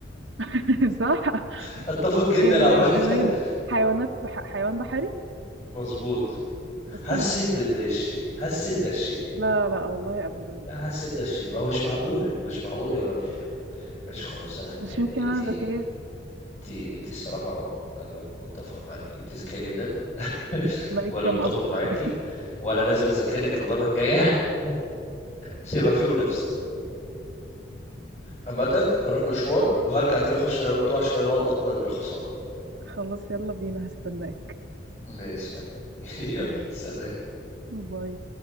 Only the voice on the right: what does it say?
<laughs> صح
اه...
ثواني
حيوانات بح... حيوان بحري
السمك
لا لا والله ابدا
مش يمكن
انا ذكية
لا يكرم
اصلك
<laughs>
خلاص يلا بينا هستناك
ماشي
باي